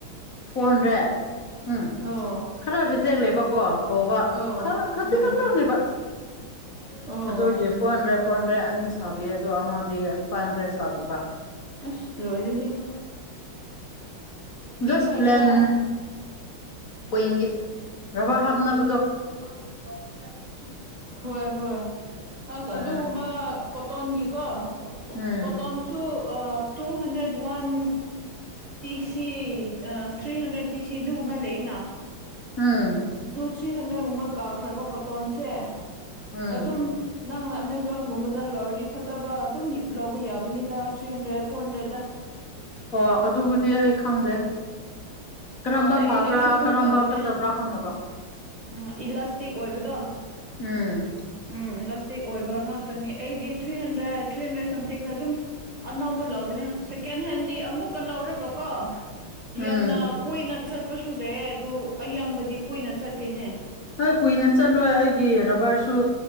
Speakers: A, on the left (about 50°); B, on the right (about 20°).
A: ꯐꯣꯔ ꯍꯟꯗ꯭ꯔꯦꯠ ꯎꯝ
B: ꯑꯣ
A: ꯈꯔ ꯔꯤꯖꯦꯜꯂꯦꯕꯀꯣ ꯍꯣꯕ
B: ꯑꯣ
A: ꯈꯔ ꯈꯖꯤꯛ
B: ꯎꯝ
A: ꯈꯛꯇꯪꯅꯦꯕ
B: ꯑꯣ
A: ꯑꯗꯨꯒꯤ ꯐꯣꯟꯗ꯭ꯔꯦ ꯐꯣꯟ ꯗ꯭ꯔꯦ ꯑꯅꯤ ꯁꯥꯕꯤ ꯑꯗꯨꯣ ꯑꯃꯗꯤ ꯐꯥꯏꯚ ꯍꯟꯗ꯭ꯔꯦꯠ ꯁꯥꯕꯤꯕ
B: ꯑꯁ ꯂꯣꯏꯔꯦꯍꯦ ꯀꯤꯡ
A: ꯖꯁ
B: ꯁꯥꯏꯖꯔꯥ
A: ꯄ꯭ꯂꯦꯟ ꯀꯨꯏꯤꯡꯒꯤ ꯕꯥꯔ ꯍꯥꯞꯅꯕ
B: ꯃ <unintelligible> <unintelligible> ꯍꯣꯏ ꯍꯣꯏ ꯑꯁ
A: ꯑꯗꯨꯅ
B: ꯑꯗꯨꯒꯨꯝꯕ ꯀꯣꯇꯣꯟꯒꯤꯀꯣ
A: ꯎꯝ
B: ꯀꯇꯣꯟꯁꯨ two hundred one T C three hundred T C ꯑꯗꯨꯒꯨꯝꯕ ꯑꯃ ꯂꯩꯅ
A: ꯎꯝ
B: ꯊ꯭ꯔꯤ ꯍꯟꯗ꯭ꯔꯦꯗꯀꯨꯝꯕ ꯀꯛꯈ꯭ꯔꯕ ꯀꯣꯇꯣꯟꯁꯦ
A: ꯎꯝ
B: ꯑꯗꯨꯝ ꯅꯪꯅ ꯑꯃꯥꯖꯣꯟꯒꯨꯝꯕꯗ ꯂꯧꯔꯤ ꯐꯖꯕ ꯑꯗꯨꯝ ꯂꯧꯕ ꯌꯥꯕꯅꯤꯗ ꯊ꯭ꯔꯤ ꯍꯟꯗ꯭ꯔꯦꯗ ꯐꯣꯔ ꯍꯟꯗ꯭ꯔꯦꯗ
A: ꯑꯣ ꯑꯗꯨꯕꯨꯗꯤ ꯑꯩ ꯈꯪꯗꯦ ꯀꯔꯝꯕ
B: ꯑꯣ ꯑꯩ
A: ꯐꯕ꯭ꯔꯥ
B: ꯑꯩꯁꯨ ꯑꯗꯨꯝ
A: ꯀꯔꯝꯕ
B: ꯂꯧꯕꯅꯦ
A: ꯐꯠꯇꯕ꯭ꯔꯥ ꯈꯪꯅꯕ
B: ꯎꯝ ꯏꯂꯥꯁꯇꯤꯛ ꯑꯣꯏꯕꯗꯣ
A: ꯎꯝ
B: ꯎꯝ ꯏꯂꯥꯁꯇꯤꯛ ꯑꯣꯏꯕ ꯉꯥꯛꯇꯅꯤ ꯑꯩꯗꯤ ꯊ꯭ꯔꯤ ꯍꯟꯗ꯭ꯔꯦꯗ ꯊ꯭ꯔꯤ ꯍꯟꯗ꯭ꯔꯦꯠ ꯁꯝꯊꯤꯡꯗ ꯑꯗꯨꯝ ꯑꯅꯧꯕ ꯂꯧꯕꯅꯦ ꯁꯦꯀꯦꯟ ꯍꯦꯟꯗꯤ ꯑꯃꯨꯛꯀ ꯂꯧꯔꯒ ꯀꯣ
A: ꯎꯝ
B: ꯌꯥꯝꯅ ꯀꯨꯏꯅ ꯆꯠꯄꯁꯨ ꯂꯩ ꯑꯗꯨ ꯑꯌꯥꯝꯕꯗꯤ ꯀꯨꯏꯅ ꯆꯠꯇꯦꯅꯦ
A: ꯍꯣꯏ ꯀꯨꯏꯅ ꯆꯠꯂꯣꯏ ꯑꯩꯒꯤ ꯔꯕꯔꯁꯨ